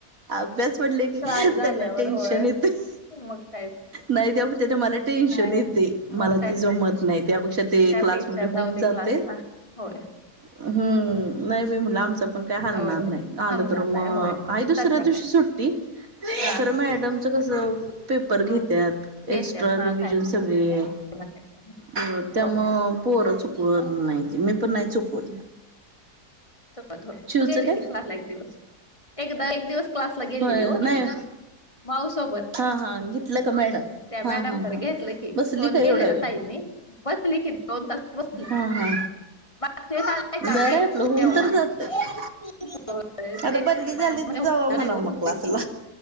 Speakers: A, on the right (about 60°); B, on the left (about 20°).
A: अभ्यास म्हटल की
B: त्रास झाल्यावर
A: त्यांना टेन्शन
B: होय
A: येतंय.
B: मग कायच
A: नाय त्या म्हणत्यात मला टेन्शन
B: नाही
A: येते मला
B: मग कायच
A: ते जमत
B: तर
A: नाय त्यापेक्षा ते ते
B: त्यापेक्षा
A: क्लासमध्ये होऊन
B: जाऊ दे
A: जातय.
B: क्लासला होय
A: हं, नाही बाई म्हणलं आमच पण काय हलणार
B: होय
A: नाही. आलं
B: हलणार
A: तर मग
B: नाही होय
A: आई दुसऱ्या
B: संध्याकाळी
A: दिवशी सुट्टी?
B: हा
A: खरं मॅडमच कस पेपर घेत्यात,
B: ह घेत्यात
A: एक्स्ट्रा
B: हा
A: रिव्हिजन
B: काय
A: सगळे
B: <unintelligible>
A: हो, त्यामुळ
B: होय
A: पोरं चुकव नाही ती. मी पण नाही चुकवत.
B: सोबत होय,
A: चिवचं
B: तू गेलेली
A: काय
B: क्लासला एक दिवस. एकदा एक दिवस क्लासला गेलेली
A: होय
B: वो
A: नाही
B: ती. माऊ सोबत.
A: हा हा घेतलं का मॅडम
B: त्या
A: हा
B: मॅडमकडे
A: हा हा
B: घेतलं की,
A: बसली
B: फोन
A: का एवढा
B: केलेला
A: वेळ
B: ताईंनी. बसली की, दोन तास बस
A: हा हा.
B: मागच्या वेळेस आलते
A: बरं
B: का मी
A: आहे आपलं होऊन
B: तेव्हा.
A: तर जातंय
B: हो तेच
A: आता बदली
B: की,
A: झाली
B: मॅडम म्हण
A: तर
B: होणार
A: जावा म्हणावं
B: आहे हो
A: मग
B: म्हते
A: क्लासला
B: की